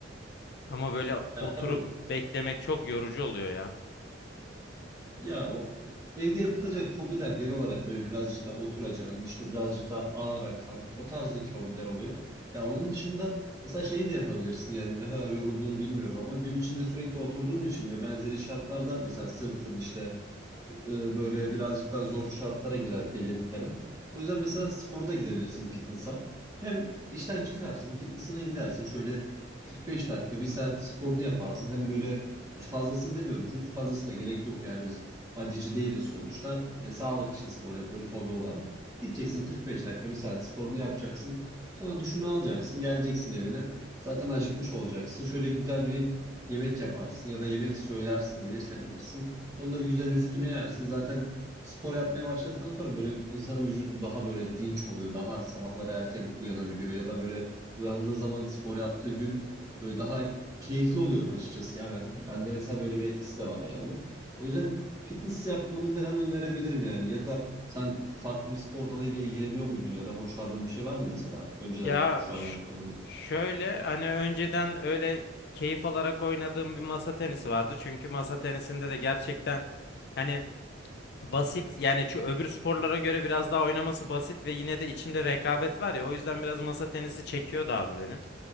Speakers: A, on the left; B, on the right.
A: ama böyle
B: Ya
A: oturup
B: tabii
A: beklemek çok yorucu oluyor
B: Ya o evde yapılacak hobiler genel olarak böyle birazcık daha oturacağın, işte birazcık daha ağır akan o tarzdaki hobiler oluyor. Ya onun dışında mesela şeyi de yapabilirsin yani ne kadar yorulduğunu bilmiyorum ama gün içinde sürekli oturduğun için ve benzeri şartlarda mesela sırtın işte e, böyle birazcık daha zor şartlara girer belin falan. O yüzden mesela spora da gidebilirsin fitness'a. Hem işten çıkarsın, fitness'ına gidersin. Şöyle 45 dakika, bir saat sporunu yaparsın. Hem böyle Hani Fazlasını demiyorum çünkü fazlasına gerek yok yani biz Badici değiliz sonuçta. E, sağlık için spor yapıyoruz hobi olarak. Gideceksin 45 dakika, bir saat sporunu yapacaksın. Sonra duşunu alacaksın, geleceksin evine. Zaten acıkmış olacaksın. Şöyle güzel bir yemek yaparsın ya da yemek söylersin, gelirken alırsın. Onu da bir güzel üstüne yersin. Zaten spor yapmaya başladıktan sonra böyle insanın vücudu daha böyle dinç oluyor. Daha sabahları erken uyanabiliyor ya da böyle uyandığı zaman spor yaptığı gün böyle daha keyifli oluyorum açıkçası ya ben. Bende mesela böyle bir etkisi de var yani. O yüzden fitness yapmanı falan önerebilirim yani. Ya da sen farklı bir spor dalıyla ilgileniyor muydun ya da hoşlandığın bir şey var mı mesela önceden
A: Ya
B: yapıp şu
A: ş-
B: an yapmadığın?
A: şöyle hani önceden öyle keyif alarak oynadığım bir masa tenisi vardı. Çünkü masa tenisinde de gerçekten hani basit yani şu öbür sporlara göre biraz daha oynaması basit ve yine de içinde rekabet var ya. O yüzden biraz masa tenisi çekiyordu abi beni